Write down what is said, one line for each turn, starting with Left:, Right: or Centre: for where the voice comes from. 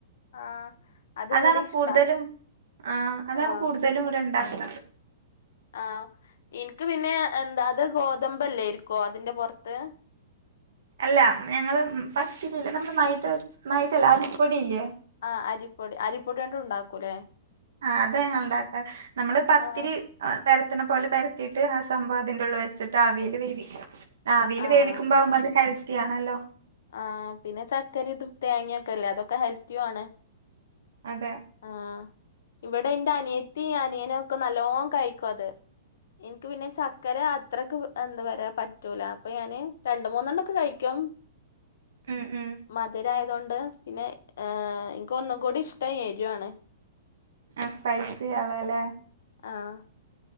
Left: ആഹ് അത്
Right: അതാണ്
Left: ഇവിടെ ഇഷ്ടാ
Right: കൂട്തലും ആഹ് അതാണ്
Left: ആഹ്
Right: കൂട്തലും ഇവട ഇണ്ടാക്ക
Left: ആഹ് ഇന്ക്ക് പിന്നെ എന്താത് ഗോതമ്പല്ലേരിക്കോ അതിന്റെ പൊറത്ത്
Right: അല്ല ഞങ്ങള് പത്തിരില്ലേ നമ്മള് മൈദ വെച്ച് മൈദല്ല അരിപ്പൊടില്ലേ
Left: ആഹ് അരിപ്പൊടി അരിപ്പൊടിയോടും ണ്ടാക്കുല്ലേ
Right: ആഹ് അതാ ഞങ്ങൾ ഇണ്ടാക്കാറ് നമ്മള് പത്തിരി
Left: ആഹ്
Right: ആഹ് പെര്ത്ത്ണ പോലെ പെരത്തീട്ട് ആ സംഭവം അതിന്റെ ഉള്ള് വെച്ച്ട്ട് ആവീൽ വേവിക്ക ആവീൽ
Left: ആഹ്
Right: വേവിക്കുമ്പ ആവുമ്പ അത് ഹെൽത്തി ആണല്ലോ
Left: ആഹ് പിന്നെ ചക്കരി ഇതും തേങ്ങേ ക്കല്ലേ അതൊക്കെ ഹെൽത്തിയാണ്
Right: അതെ
Left: ആഹ് ഇവടെ ന്റെ അനിയത്തി അനിയനൊക്കെ നല്ലോം കഴിക്കും അത് ഇന്ക്ക് പിന്നെ ചക്കര അത്രക്ക് എന്താ പറാ പറ്റൂല അപ്പൊ ഞാന് രണ്ട് മൂന്നെണക്കെ കഴിക്കും
Right: ഉം ഉം
Left: <unintelligible> മധുരായതോണ്ട് പിന്നെ ഏ എനിക്ക് ഒന്നും കൂടി ഇഷ്ടം എരുആണ്
Right: ആ സ്പൈസി ആളാലേ
Left: ആഹ്